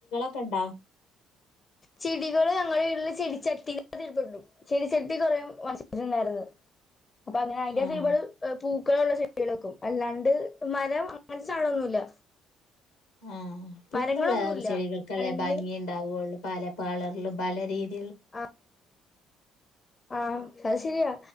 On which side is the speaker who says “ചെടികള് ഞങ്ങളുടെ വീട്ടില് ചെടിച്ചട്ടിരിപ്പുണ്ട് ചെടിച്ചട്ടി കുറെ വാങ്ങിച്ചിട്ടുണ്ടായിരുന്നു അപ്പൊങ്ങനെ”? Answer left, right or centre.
Left